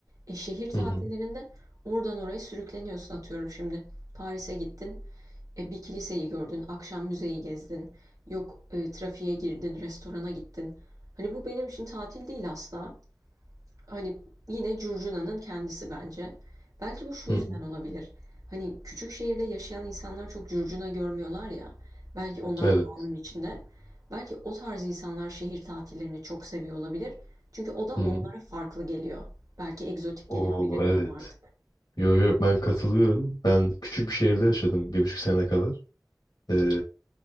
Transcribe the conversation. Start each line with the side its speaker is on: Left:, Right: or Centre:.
Right: E, şehir tatillerinde
Left: hı hı,
Right: oradan oraya sürükleniyorsun atıyorum şimdi. Paris'e gittin, e, bir kiliseyi gördün, akşam müzeyi gezdin. Yok e, trafiğe girdin, restorana gittin. Hani bu benim için tatil değil asla. Hani yine curcunanın kendisi bence. Belki bu şu yüzden
Left: hı hı.
Right: olabilir. Hani küçük şehirde yaşayan insanlar çok curcuna görmüyorlar ya. Belki onlar
Left: Evet.
Right: doğanın içinde. Belki o tarz insanlar şehir tatillerini çok seviyor olabilir. Çünkü o da
Left: Hı
Right: onlara
Left: hı.
Right: farklı geliyor. Belki egzotik
Left: Oo
Right: geliyor bilemiyorum
Left: evet.
Right: artık.
Left: Yo yo ben katılıyorum. Ben küçük bir şehirde yaşadım bir buçuk sene kadar. Ee,